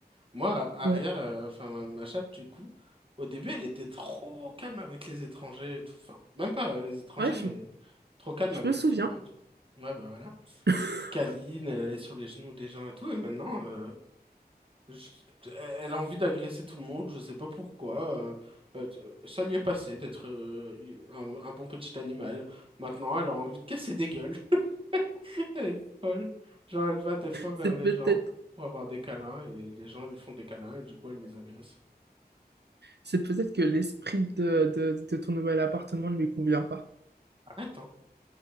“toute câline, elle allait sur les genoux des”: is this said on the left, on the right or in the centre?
Right